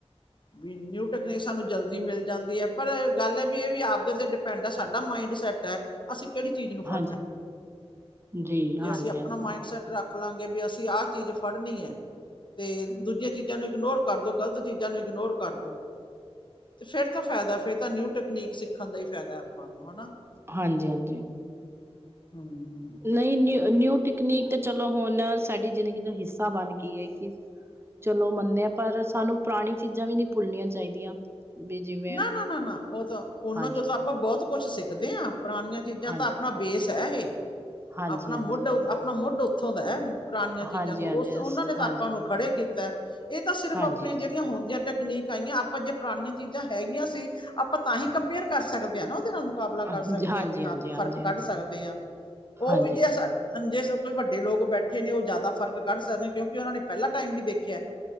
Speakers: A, on the left; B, on the right.
A: ਵੀ ਨਿਊ ਟਕਨੀਕ ਸਾਨੂੰ ਜਲਦੀ ਮਿਲ ਜਾਂਦੀ ਐ ਪਰ ਗੱਲ ਐ ਵੀ ਇਹ ਵੀ ਆਪਦੇ ਤੇ ਡਿਪੈਂਡ ਐ ਸਾਡਾ ਮਾਇੰਡ ਸੈਟ ਐ। ਅਸੀਂ ਕਿਹੜੀ ਚੀਜ਼ ਨੂੰ
B: ਹਾਂਜੀ
A: ਫੜਨਾ।
B: ਜੀ
A: ਜੇ
B: ਹਾਂਜੀ-ਹਾਂਜੀ।
A: ਅਸੀਂ ਆਪਣਾ ਮਾਈਂਡ ਸੈਟ ਰੱਖ ਲਾਗੇ ਵੀ ਅਸੀਂ ਆਹ ਚੀਜ਼ ਫੜਨੀ ਐ। ਤੇ ਦੂਜੀਆਂ ਚੀਜ਼ਾਂ ਨੂੰ ਇਗਨੋਰ ਕਰਦੋ ਗਲਤ ਚੀਜ਼ਾਂ ਨੂੰ ਇਗਨੋਰ ਕਰ ਦੋ। ਤੇ ਫੇਰ ਤਾਂ ਫਾਇਦਾ ਫੇਰ ਤਾਂ ਨਿਊ ਟਕਨੀਕ ਸਿੱਖਣ ਦਾ ਈ ਫਾਇਦਾ ਆਪਾਂ ਨੂੰ ਹਨਾ।
B: ਹਾਂਜੀ-ਹਾਂਜੀ।
A: ਹਮ।
B: ਨਈ ਨਿਊ-ਨਿਊ ਟਕਨੀਕ ਤਾਂ ਚਲੋ ਹੁਣ ਸਾਡੀ ਜ਼ਿੰਦਗੀ ਦਾ ਹਿੱਸਾ ਬਣ ਗੀ ਏ ਕਿ ਚਲੋ ਮੰਨਦੇ ਆ ਪਰ ਸਾਨੂੰ ਪੁਰਾਣੀ ਚੀਜ਼ਾਂ ਵੀ ਨੀ ਭੁੱਲਣੀਆਂ ਚਾਈਦੀਆਂ। <unintelligible>
A: ਨਾ-ਨਾ-ਨਾ-ਨਾ ਉਹ ਤਾਂ ਉਹਨਾਂ
B: ਹਾਂਜੀ
A: ਚੋਂ ਤਾਂ ਆਪਾਂ ਬਹੁਤ ਕੁਛ ਸਿੱਖਦੇ ਆ ਪੁਰਾਣੀਆਂ ਚੀਜ਼ਾਂ
B: ਹਾਂਜੀ
A: ਤਾਂ ਆਪਣਾ ਬੇਸ ਐ ਇਹ,
B: ਹਾਂਜੀ
A: ਆਪਣਾ
B: ਹਾਂਜੀ
A: ਮੁੱਢ ਆਪਣਾ ਮੁੱਢ ਉੱਥੋਂ ਦਾ। ਪੁਰਾਣੀਆਂ ਚੀਜ਼ਾਂ
B: ਹਾਂਜੀ
A: ਤੋਂ
B: ਹਾਂਜੀ
A: ਉਸ ਉਹਨਾਂ ਨੇ ਤਾਂ
B: ਹਾਂਜੀ
A: ਆਪਾਂ ਨੂੰ ਖੜੇ ਕੀਤਾ ਇਹ ਤਾਂ ਸਿਰਫ਼
B: ਹਾਂਜੀ
A: ਆਪਣੀਆਂ ਜਿਹੜੀਆਂ ਹੁਣ ਦੀਆਂ ਟੈਕ ਨੀਕ ਆਈਆਂ ਆਪਾਂ ਜੇ ਪੁਰਾਣੀਆਂ ਚੀਜ਼ਾਂ ਹੈਗੀਆਂ ਸੀ। ਆਪਾਂ ਤਾਂ ਹੀ ਕੰਮਪੇਅਰ ਕਰ ਸਕਦੇ ਆ ਨਾ ਉਹਦੇ ਨਾਲ ਮੁਕਾਬਲਾ
B: ਹਾਂਜੀ
A: ਕਰ ਸਕਦੇ
B: ਹਾਂਜੀ
A: ਆ ਵੀ ਹਾਂ
B: ਹਾਂਜੀ
A: ਵੀ
B: ਹਾਂਜੀ ਹਾਂਜੀ ਹਾਂਜੀ
A: ਫ਼ਰਕ ਕੱਢ ਸਕਦੇ ਆ‌। ਉਹ
B: ਹਾਂਜੀ
A: ਵੀ ਜੇ ਸਾਡ ਜੇ ਕੋਈ ਵੱਡੇ ਲੋਕ ਬੈਠ ਠੇ ਨੇ ਉਹ ਜ਼ਿਆਦਾ ਫਰਕ ਕੱਢ ਸਕਦੇ ਕਿਉਂਕਿ ਉਹਨਾਂ ਨੇ ਪਹਿਲਾਂ ਟਾਈਮ ਵੀ ਵੇਖਿਆ।